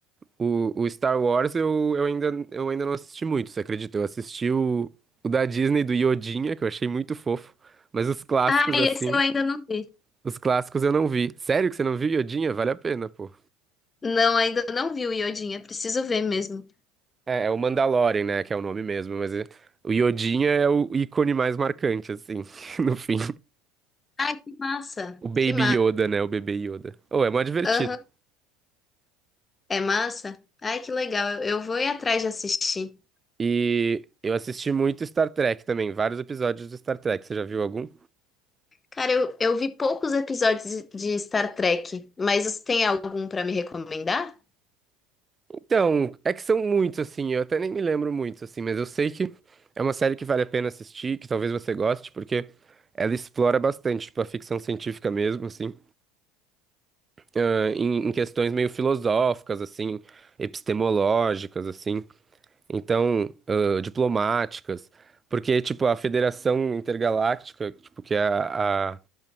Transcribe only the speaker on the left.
Ah, esse
eu ainda não vi.
Não, ainda não vi o Iodinha. Preciso ver mesmo.
Ai, que massa.
Que massa.
Aham. É massa? Ai, que legal. Eu, eu vou ir atrás de assistir.
Cara, eu, eu vi poucos episódios de Star Trek, mas você tem algum pra me recomendar?